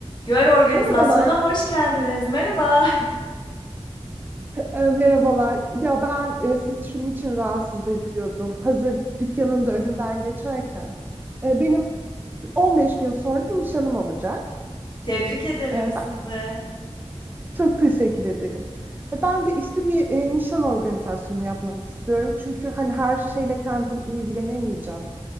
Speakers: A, on the left; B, on the right.
A: Gör organizasyona
B: Merhabalar.
A: hoş geldiniz. Merhaba.
B: E, merhabalar. Ya ben e, sizi şunun için rahatsız ediyordum. Hazır dükkanın da önünden geçerken. E, benim 15 gün sonra nişanım olacak.
A: <laughs> Tebrik ederim
B: E,
A: sizi.
B: ben çok teşekkür ederim. E, ben de işte bir e, nişan organizasyonu yapmak istiyorum. Çünkü hani her şeyle kendim ilgilenemeyeceğim.